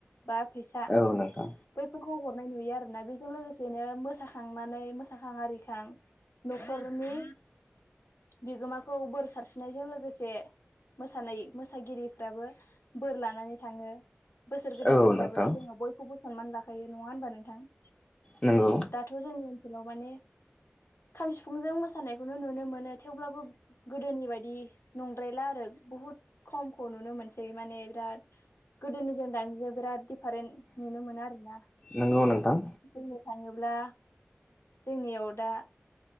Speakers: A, on the left; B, on the left.
A: बा फैसा
B: औ नोंथां
A: बैफोरखौ हरनाय नुयो आरोना बेजों लोगोसेनो मोसाखांनानै मोसाखां आरिखां न'खरनि बिगोमाखौ बोर सारस्रिनायजों लोगोसे मोसानाय मोसागिरिफ्राबो बोर लानानै थाङो। बोसोर गोदान
B: औ
A: हिसाबै
B: नोंथां
A: जोङो बयखौबो सनमान लाखायो। नङा होनबा नोंथां?
B: नोंगौ।
A: दाथ' जोंनि ओनसोलाव माने खाम सिफुंजों मोसानायखौनो नुनो मोनो थेवब्लाबो गोदोनि बायदि नंद्रायला आरो बुहुद खमखौ नुनो मोनसै। माने बिराद गोदोनिजों दानिजों बिराद दिडिफारेन्ट नुनो मोना आरो ना।
B: नंगौ नोंथां।
A: बुंनो थाङोब्ला जोंनियाव दा